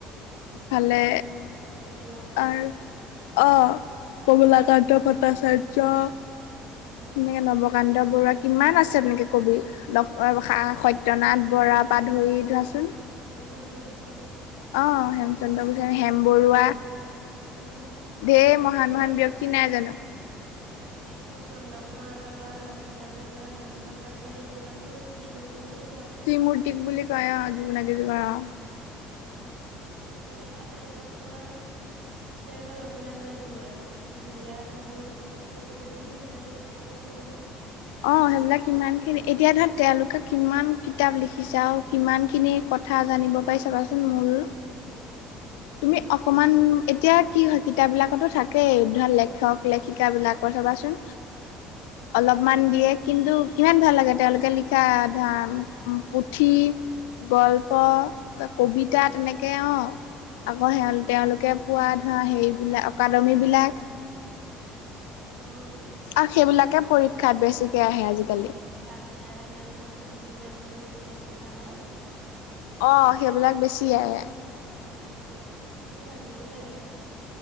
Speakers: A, on the left; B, on the right.
A: ফালে
B: কৰিধ <inaudible>
A: আৰু অঁ, কমলাকান্ত ভট্টাচাৰ্য
B: অ',
A: তেনেকে নৱকান্ত বৰুৱা, কিমান আছে তেনেকে কবি সত্য়
B: ধেৰ আছে।
A: ৰত্যনাথ বৰা পা ধৰি ধৰাচোন।
B: ম চডছান <inaudible>
A: অ হেমচন্দ্ৰ গোস্বামী, হেমবৰুৱা
B: উম,
A: ধেৰ মহান মহান
B: আগত
A: ব্যক্তি নাই জানো?
B: তাকে চন্দ্ৰ কুমাৰ আগৰৱালা, লক্ষ্মীনাথ বেজবৰুৱা, হেমচন্দ্ৰ সেই তিনিজনকো ত্ৰি মূৰ্তি বুলি
A: ত্ৰি মূৰ্তিক বুলি কয় অঁ, যগোন কেইজোগাৰ <unintelligible> <inaudible>
B: উম আৰু তেওঁলোকৰ তোমাৰ এতিয়া তোমাৰ লক্ষ্মীনাথ বেজবৰুৱাই বুঢ়ি আইৰ সাধু, এই বহুত খিনি কিবা কিবি দিয়া গৈছে নহয়।
A: অঁ সেইবিলাক কিমানখিনি, এতিয়া ধৰা তেওঁলোকে কিমান কিতাপ লিখিছে আৰু কিমানখিনি কথা জানিব পাৰি চাবাচোন মূল
B: উম, উম সেইটোৱে।
A: তুমি অকমান এতিয়া কি হয় কিতাপ বিলাকতো থাকেই, ধৰ লেখক লেখিকা বিলাকৰ চবাচোন।
B: তাকেই
A: অলপমান দিয়ে, কিন্তু কিমান ভাল লাগে তেওঁলোকে লিখা ধৰা পুথি,
B: অ
A: গল্প, কবিতা, তেনেকে অ'। আকৌ তেওঁলোকে পোৱা ধৰা, হেই বিলাক অকাডেমীবিলাক
B: অ'।
A: আৰু সেইবিলাকে
B: ঠিক
A: পৰীক্ষাত বেছিকে আহে আজিকালি।
B: আহে, আহে, মানে তোমাৰ প্ৰতিযোগিতা মূলক <unintelligible> পৰীক্ষা হয়।
A: অ', সেইবিলাক বেছি আহে।
B: উম, সেইবোৰ জানিবও লাগে বাৰু।